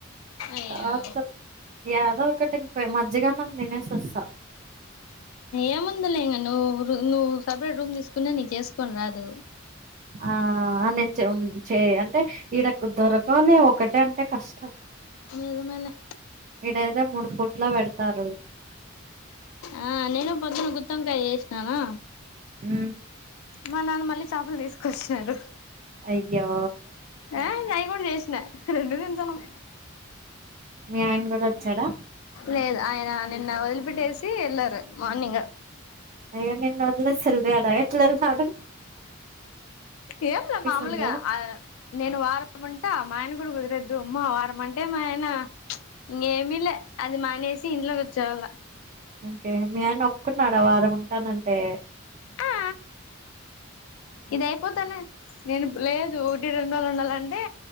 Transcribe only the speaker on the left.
అయ్యో
ఏముందలే ఇంగ నువ్వు నువ్వు సపరేట్ రూమ్ తీసుకున్నా నీక్ చేసుకోన్ రాదు
ఎదు మలే
ఆ నేను పొద్దున గుత్తంకాయ చేసిననా
మా నాన్న మళ్ళీ చపల్ తీసుకొచ్చరు
అ అయి గుడా చేష్ రెండు తింటానం
లేదు ఆయన నిన్న వదిలిపెట్టేసి ల్లర్ మార్నింగ్
ఏంలే మామూలుగా
అ నేను వారముంట మా ఆయన కూడా కుదరద్దు ఉమ్మా వారం అంటే మా ఆయన ఇంగేమీ లే అది మానేస్ సి ఇంట్లో కూర్చోవల్ల
ఆ ఇది అయిపోతానే నేను లేదు ఒకటి రెండు రోజులు ఉండాలంటే